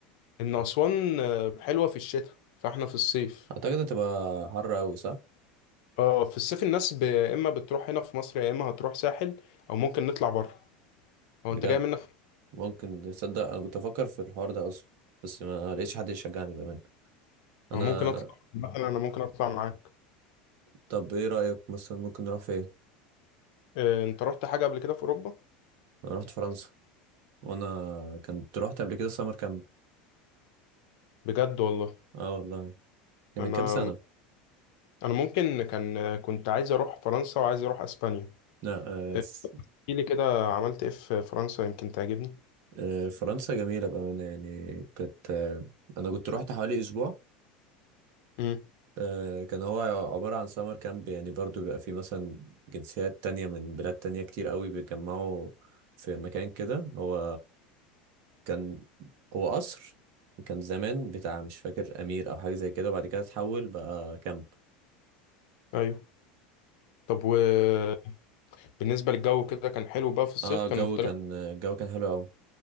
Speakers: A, on the left; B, on the right.
A: ان اسوان آه، حلوة في الشتاء فاحنا في الصيف
B: اعتقد هتبقى حر اوي صح
A: اه في الصيف الناس ب... اما بتروح هنا في مصر يا اما هتروح ساحل او ممكن نطلع بره او
B: بجد
A: انت جاي منك
B: ممكن تصدق انا كنت افكر في الحوار ده اصلا بس ما لقيتش حد يشجعني بامان انا
A: أو ممكن اطلع مثلا انا ممكن اطلع معاك
B: طب ايه رأيك مثلا ممكن نروح فين
A: إيه، انت رحت حاجه قبل كده في اوروبا
B: انا رحت فرنسا وانا كنت رحت قبل كده سمر كامب
A: بجد والله
B: اه والله كان
A: انا
B: من كام سنة
A: انا ممكن كان كنت عايز اروح فرنسا وعايز اروح اسبانيا
B: لا آه،
A: إيه،
B: ف-
A: احكي لي كده عملت ايه في فرنسا يمكن تعجبني
B: آه، فرنسا جميلة بأمانة يعني كانت آه، أنا كنت رحت حوالي أسبوع
A: امم
B: آه، كان هو عبارة عن سمر كامب يعني برضو بيبقى فيه مثلا جنسيات تانية من بلاد تانية كتير قوي بيتجمعوا في مكان كده هو كان هو قصر كان زمان بتاع مش فاكر أمير أو حاجة زي كده وبعد كده اتحول بقى كامب
A: ايوه طب وبالنسبه للجو كده كان حلو بقى في الصيف
B: اه
A: كان
B: الجو
A: مختلف
B: كان الجو كان حلو قوي